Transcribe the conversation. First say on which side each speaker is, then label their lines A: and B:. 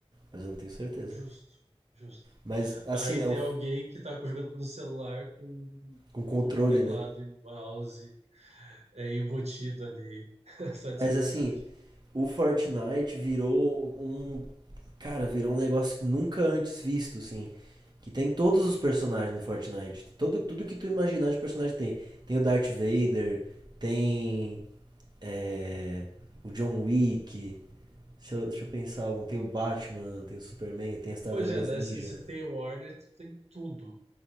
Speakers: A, on the right; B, on the right.
A: Mas eu não tenho certeza.
B: justo, justo.
A: Mas assim,
B: Aí
A: né?
B: tem
A: o f-
B: alguém que tá jogando no celular com,
A: Com controle,
B: com teclado
A: né?
B: e mouse. É embutido ali, <laughs> só
A: Mas
B: de sacanagem.
A: assim, o Fortnite virou um. Cara, virou um negócio que nunca antes visto, assim. Que tem todos os personagens no Fortnite. Todo, tudo que tu imaginar de personagem tem. Tem o Darth Vader, tem. é, o John Wick. Deixa eu, deixa eu pensar algum. Tem o Batman, tem o Superman, tem as Tartarugas
B: Pois é, né?
A: Ninja.
B: Se, se tem o Warner, tem tudo.